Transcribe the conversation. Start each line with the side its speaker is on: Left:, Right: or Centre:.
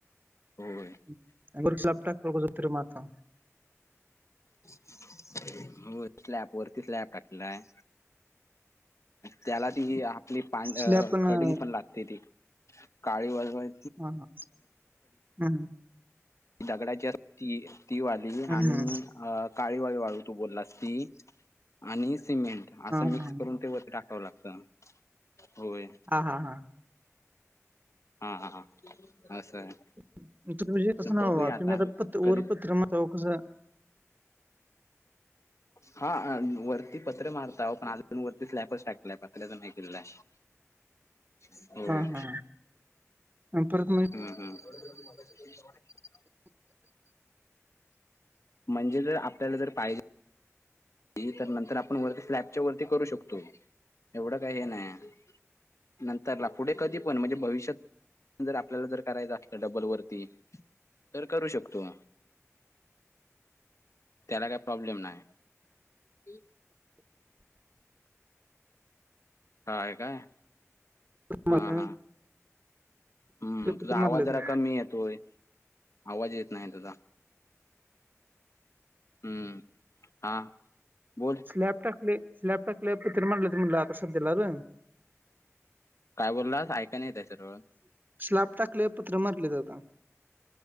Left: होय
Right: <unintelligible>
Left: होय, स्लॅप वरती स्लॅप टाकला आहे. त्याला ती आपली
Right: स्लॅब
Left: खडी
Right: आहे.
Left: पण लागते. ती काळी वाली,
Right: ह ह हम
Left: ती दगडाची असते. ती वाली
Right: हम्म,
Left: आणि
Right: हम्म.
Left: अ काळी वाळू, वाळू तू बोलास ती. आणि सिमेंट असं
Right: हा हा
Left: मिक्स करून ते वरती टाकावं लागत, होय.
Right: हा हा हा.
Left: हा हा हा, अस आहे.
Right: तुमच घर हे तसं
Left: बघूया
Right: नव, तुम्ही आता पत्र्यावर
Left: कधी
Right: पत्र मारल्यावर कसं
Left: हा, हा वरती पत्र मारताव काल पण अजून वरती स्लॅपच टाकतोय आपण. आल्याझनहॅक केलेलं हाय, होय.
Right: हा हा आणि परत काय.
Left: हम्म हम. म्हणजे जर आपल्याला जर पाहिजे ती तर नंतर आपण वरती स्लॅपच्या वरती करू शकतो, एवढं काही हे नाही नंतरला पुढे, कधी पण म्हणजे भविष्यात. जर आपल्याला, जर करायचं असलं डबल वरती. तर करू शकतो. त्याला काय प्रॉब्लेम नाही. <unintelligible> काय, काय. हा
Right: मग मारता
Left: हा हम्म,
Right: पत्र
Left: तुझा आवाज
Right: मारलं
Left: जरा
Right: का
Left: कमी येतोय. आवाज येत नाही तुझा. हम्म, हा बोल.
Right: स्लॅप टाकली स्लॅप टाकल्यावर पत्र मारलं म्हटले आता सध्यालाच.
Left: काय बोललास ऐकायला येत नाही सरळ.
Right: स्लॅप टाकलय, पत्र मारल्यात जातात.